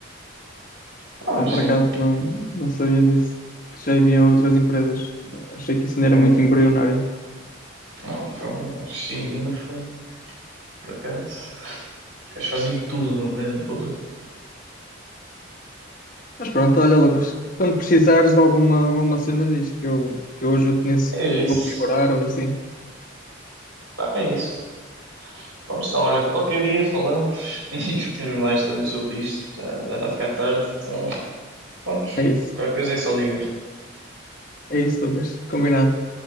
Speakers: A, on the right (about 80°); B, on the left (about 45°).
A: Ah,
B: Ah,
A: mas
B: por
A: sim.
B: acaso não, não sabia disso. Que já havia outras empresas. Achei que isso não era
A: É,
B: muito embrionário.
A: Não, foi China, foi, por acaso. Eles fazem tudo mesmo, pô.
B: Mas pronto, olha, Lucas. Quando precisares de alguma, alguma cena, diz que eu, que eu ajudo nisso,
A: É
B: a
A: isso.
B: configurar ou assim.
A: Pá, é isso. Pronto, então, olha, qualquer dia falamos <laughs> e discutimos mais também sobre isto. Já, já está a ficar tarde, então, pronto,
B: É isso.
A: qualquer coisa é só ligar.
B: É isso, Lucas. Combinado.